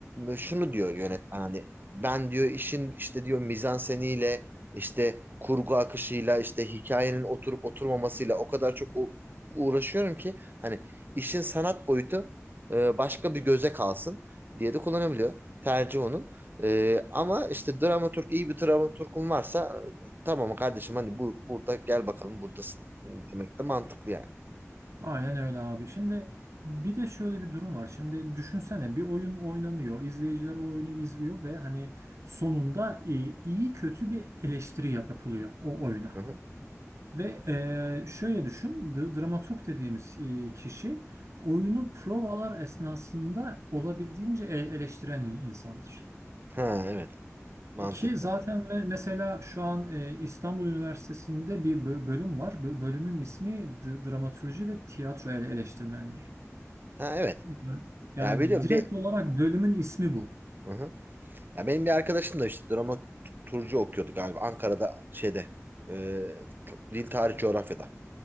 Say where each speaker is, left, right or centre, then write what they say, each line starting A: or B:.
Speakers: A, on the right; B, on the right.
A: şunu diyor yönetmen hani ben diyor işin işte diyor mizanseniyle işte kurgu akışıyla işte hikayenin oturup oturmamasıyla o kadar çok u- uğraşıyorum ki hani işin sanat boyutu e, başka bir göze kalsın diye de kullanabiliyor. Tercih onun. E, ama işte dramaturg iyi bir dramaturgun varsa tamam kardeşim hani bu burada gel bakalım buradasın demek de mantıklı yani.
B: Aynen öyle abi. Şimdi bir de şöyle bir durum var. Şimdi düşünsene bir oyun oynanıyor. İzleyiciler o oyunu izliyor ve hani sonunda e, iyi kötü bir eleştiri yap- yapılıyor o oyuna.
A: Hı hı.
B: Ve eee, şöyle düşün, d- dramaturg dediğimiz e, kişi oyunu provalar esnasında olabildiğince e- eleştiren insandır.
A: Ha evet mantıklı.
B: Ki zaten me- mesela şu an e, İstanbul Üniversitesi'nde bir bö- bölüm var. Bö- bölümün ismi d- dramatürji ve tiyatro ele- eleştirmenliği.
A: Ha evet.
B: Hı Yani
A: Ya biliyorum.
B: direkt
A: Be
B: olarak bölümün ismi bu.
A: Hı hı. Ya benim bir arkadaşım da işte drama turcu okuyordu galiba. Ankara'da şeyde e, t- dil tarih coğrafyada